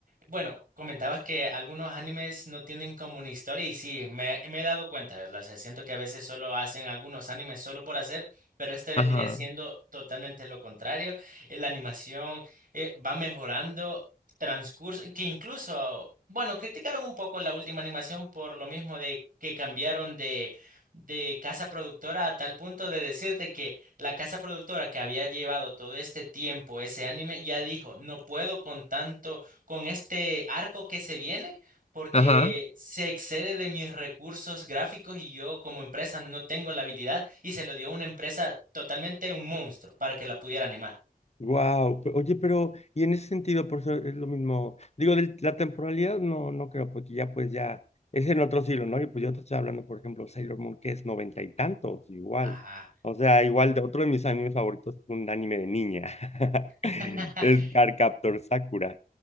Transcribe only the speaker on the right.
bueno, comentabas que algunos animes no tienen como una historia y sí, me, me he dado cuenta, ¿verdad? O sea, siento que a veces solo hacen algunos animes solo por hacer, pero este vendría
siendo totalmente lo contrario. Eh, La animación eh, va mejorando transcurso, que incluso, bueno, criticaron un poco la última animación por lo mismo de que cambiaron de, de casa productora a tal punto de decirte que la casa productora que había llevado todo este tiempo ese anime ya dijo, no puedo con tanto con este arco que se viene porque
se excede de mis recursos gráficos y yo como empresa no tengo la habilidad y se lo dio una empresa totalmente un monstruo para que la pudiera animar.
Ajá.
<laughs>